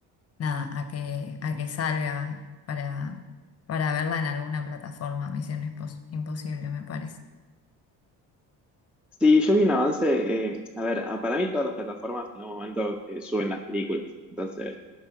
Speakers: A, on the left (about 35°); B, in the centre.
A: nada, a que, a que salga para, para verla en alguna plataforma, Misión Impos- Imposible, me parece.
B: Sí, yo vi un avance, eh, a ver, a- para mí todas las plataformas en algún momento eh, suben las películas. Entonces,